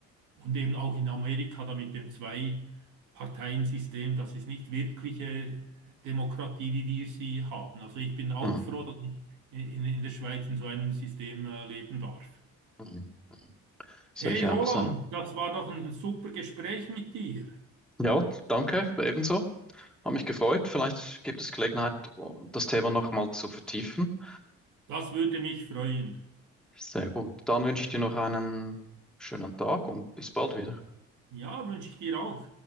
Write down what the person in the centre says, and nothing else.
hm,
hm, hm. sehe
ich
auch so.
Ja, danke, ebenso. Hat mich gefreut. Vielleicht gibt es Gelegenheit, das Thema nochmal zu vertiefen.
Sehr gut. Dann wünsche ich dir noch einen schönen Tag und bis bald wieder.